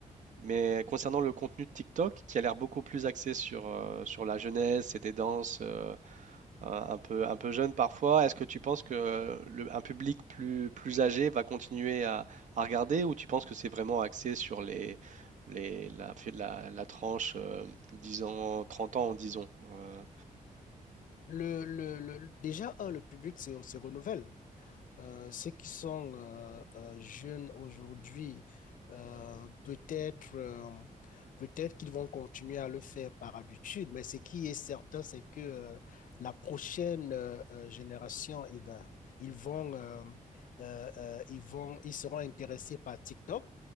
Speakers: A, on the right (about 60°); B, on the left (about 70°).
A: Mais concernant le contenu de TikTok, qui a l'air beaucoup plus axé sur, euh, sur la jeunesse et des danses euh, euh, un peu, un peu jeune parfois. Est-ce que tu penses que le, un public plus, plus âgé va continuer à, à regarder ou tu penses que c'est vraiment axé sur les, les, la, la, la tranche euh, 10 ans, 30 ans, disons? Euh,
B: Le, le, le- déjà, un, le public se, se renouvelle. Euh, ceux qui sont euh, euh, jeunes aujourd'hui, euh, peut-être euh, peut-être qu'ils vont continuer à le faire par habitude, mais ce qui est certain, c'est que euh, la prochaine euh, euh, génération, eh ben, ils vont, euh, euh, euh, ils vont, ils seront intéressés par TikTok.